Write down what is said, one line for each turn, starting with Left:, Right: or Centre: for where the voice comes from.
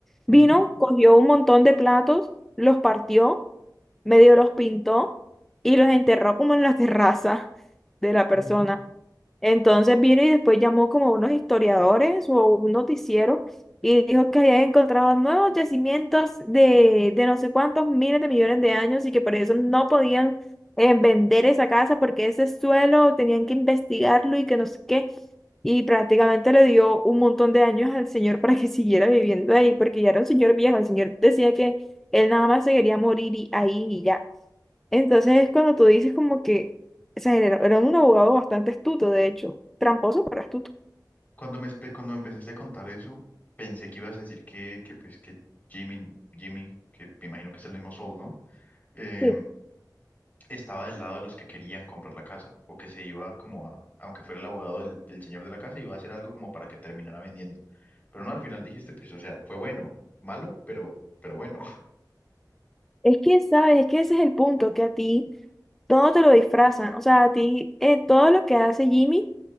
Centre: Vino,
Left: Ujú,
Centre: cogió un montón de platos, los partió, medio los pintó y los enterró como en la <laughs> terraza de la persona.
Left: ujú.
Centre: Entonces vino y después llamó como a unos historiadores o un noticiero y dijo que habían encontrado nuevos yacimientos de, de no sé cuántos miles de millones de años y que por eso no podían eh, vender esa casa porque ese suelo tenían que investigarlo y que no sé qué. Y prácticamente le dio un montón de años al señor para que <laughs> siguiera viviendo ahí porque ya era un señor viejo. El señor decía que él nada más se quería morir y- ahí y ya. Entonces es cuando tú dices como que, o sea, era, era un abogado bastante astuto, de hecho, tramposo, pero astuto.
Left: Cuando me, espe- cuando me empezaste a contar eso, pensé que ibas a decir que, que pues que Jimmy, Jimmy, que me imagino que es el mismo Sol, ¿no? Em,
Centre: Sí,
Left: estaba del lado de los que querían comprar la casa o que se iba como a, aunque fuera el abogado del, del señor de la casa, iba a hacer algo como para que terminara vendiendo. Pero no, al final dijiste, pues, o sea, fue bueno, malo, pero, pero bueno.
Centre: Es que, ¿sabes? Es que ese es el punto, que a ti todo te lo disfrazan, o sea, a ti eh, todo lo que hace Jimmy